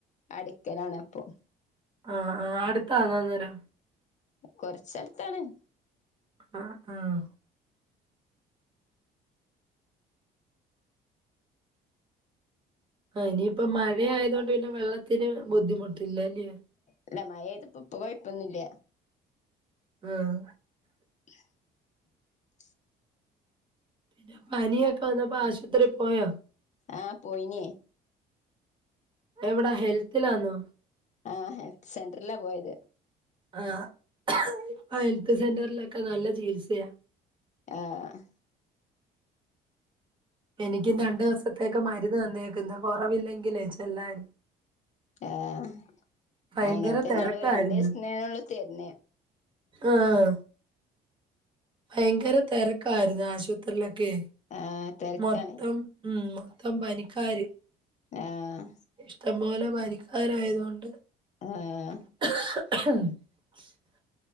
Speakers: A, on the left; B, on the right.
A: അടിക്കലാണ് അപ്പൊ
B: ആഹ് ആഹ് അടുത്താന്നോ അന്നേരം
A: കൊറച്ച് അടുത്താണ്
B: ആഹ് ആഹ് ആഹ് ഇനിയിപ്പോ മഴ ആയത്കൊണ്ട് പിന്നെ വെള്ളത്തിന് ബുദ്ധിമുട്ടില്ലാല്ല്യോ
A: ഇല്ല മഴ പെയ്യ്തപ്പോ ഇപ്പോ കൊഴപ്പൊന്നുല്ല്യ <unintelligible>
B: ആഹ് പിന്നെ പനിയൊക്കെ വന്നപ്പോ ആശുപത്രി പോയോ
A: ആഹ് പോയിനി
B: എവിടാ ഹെൽത്തിലാന്നോ
A: ആഹ് ഹെൽത്ത് സെൻ്ററിലാ പോയത്
B: ആഹ് ഇപ്പൊ ഹെൽത്ത് സെന്ററിലൊക്കെ നല്ല ചികിത്സയാ
A: ആഹ്
B: എനിക്കും രണ്ട് ദിവസത്തേക്ക് മരുന്ന് തന്നേക്കുന്ന് കൊറവില്ലെങ്കിലേ ചെല്ലാന്
A: ആഹ്
B: ഭയങ്കര
A: അങ്ങൻത്തെന്നുള്ളു
B: തെരക്കായിരുന്നു
A: രണ്ട് ദിവസത്തിനെ ഒള്ളു തര്ണത്
B: ആഹ് ഭയങ്കര തെരക്കായിരുന്നു ആശുപത്രിയിലൊക്കെ
A: ആ തിരക്കാണേ
B: മൊത്തം ഉം മൊത്തം പനിക്കാര്
A: ആഹ്
B: ഇഷ്ടം പോലെ പനിക്കാരായതുകൊണ്ട്
A: ആഹ്
B: <unintelligible>